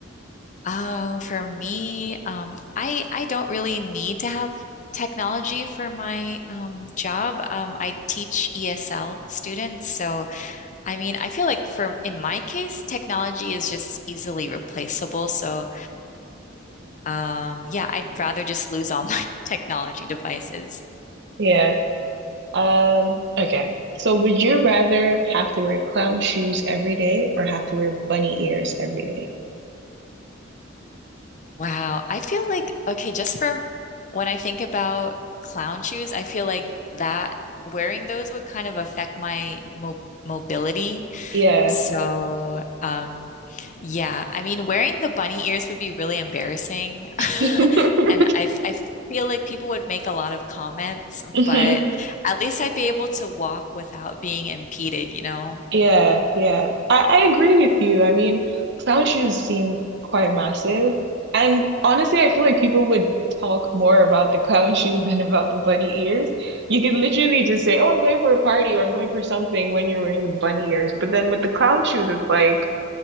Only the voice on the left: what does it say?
Um, for me, um, I I don't really need to have technology for my um, job. Um, I teach ESL students, so I mean I feel like for in my case, technology is just easily replaceable. So um, yeah, I'd rather just lose all <laughs> my technology devices.
Wow. I feel like, okay, just for when I think about clown shoes, I feel like that wearing those would kind of affect my mo mobility.
So, um, yeah, I mean, wearing the bunny ears would be really embarrassing. <laughs>
And I, I feel like people would make a lot of comments,
but at least I'd be able to walk without being impeded, you know?